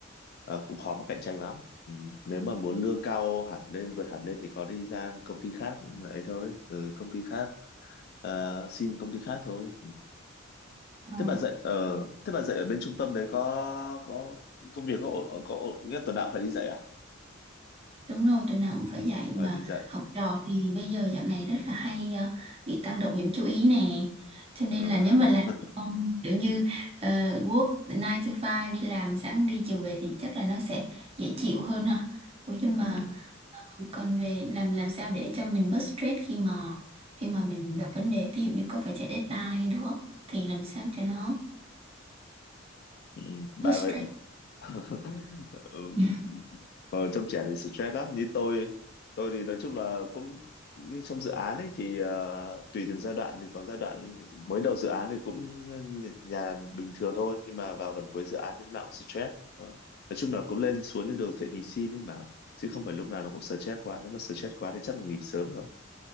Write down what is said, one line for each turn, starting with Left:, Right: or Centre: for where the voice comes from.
Left: ờ, cũng khó mà cạnh tranh lắm ừ. nếu mà muốn lương cao hẳn lên vượt hẳn lên thì có đi ra công ty khác ấy thôi ừ, công ty khác Ờ, xin công ty khác thôi
Right: Ờ,
Left: thế bà dạy ở thế bà dạy ở bên trung tâm đấy có có công việc có ổn- có ổn- nghĩa là tuần nào cũng phải đi dạy à
Right: đúng rồi, tụi nào cũng phải
Left: ừ,
Right: dạy
Left: và
Right: mà
Left: đi dạy
Right: học trò thì bây giờ dạo này rất là hay à, bị tăng động nhiễm chú ý nè. Cho nên
Left: ừ.
Right: là nếu
Left: <laughs>
Right: mà làm um, kiểu như ờ, work 9 to five đi làm sáng đi chiều về thì chắc là nó sẽ dễ chịu hơn ha. Ủa nhưng mà
Left: Ừ.
Right: còn về làm làm sao để cho mình bớt stress khi mà khi mà mình gặp vấn đề ví dụ như có phải chạy deadline đúng không thì làm sao cho nó
Left: Ừ. bà
Right: bớt stress
Left: vậy <laughs> ừ,
Right: Ừ.
Left: ở trong trẻ thì stress lắm như tôi tôi thì nói chung là cũng như trong dự án ấy thì ờ, tùy từng giai đoạn thì có giai đoạn mới đầu dự án thì cũng nhàn bình thường thôi nhưng mà vào gần cuối dự án thì lúc nào cũng stress Ờ. nói chung là cũng lên xuống như đồ thị hình sin ấy mà chứ không phải lúc nào nó cũng stress quá nếu mà stress quá thì chắc là nghỉ sớm rồi